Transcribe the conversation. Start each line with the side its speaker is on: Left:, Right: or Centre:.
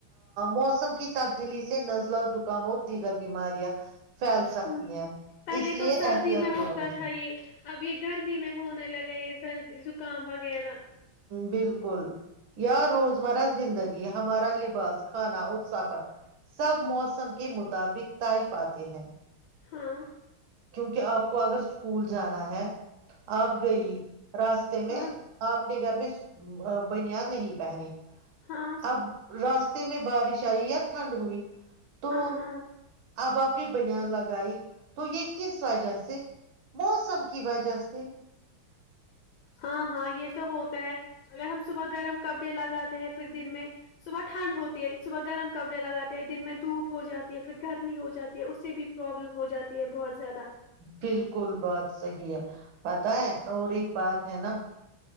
Right: موسم کی تبدیلی سے نزلہ زکام اور دیگر بیماریاں پھیل سکتی
Left: ہوں
Right: ہے
Left: پہلے
Right: اس لیے
Left: تو سردی
Right: احتیات
Left: میں
Right: ضرور
Left: ہوتا تھا
Right: ہے
Left: یہ اب یہ گرمی میں ہونے لگے یہ سردی زکام وغیرہ
Right: بالکل یا روز مرہ زندگی یہ ہمارا لباس کھانا اور سفر سب موسم کے مطابق طائی پاتے ہیں
Left: ہاں
Right: کیونکہ آپ کو اگر اسکول جانا ہے آپ گئی راستے میں
Left: ہاں
Right: آپنے گھر میں ا بنیا نہیں پہنی
Left: ہاں
Right: اب رست میں بارش آئی یا ٹھنڈ ہوئی تو
Left: ہاں ہاں
Right: آبپنی بنان لگائی تو یہ کس وجہ سے موسم کی وجہ سے
Left: ہاں ہاں یہ تو ہوتا ہے اگر ہم صبح گرم کپڑے لگاتے ہیں پھر دن میں صبح ٹھنڈ ہوتی ہے صبح گرم کپڑے لگاتے ہیں دن میں دھوپ ہو جاتی ہے پھر گرمی ہو جاتی اس سے بھی پرابلم ہو جاتی یہ بہت زیادہ
Right: بالکل بات صحی ہے پتا ہے اور ایک بات ہے نا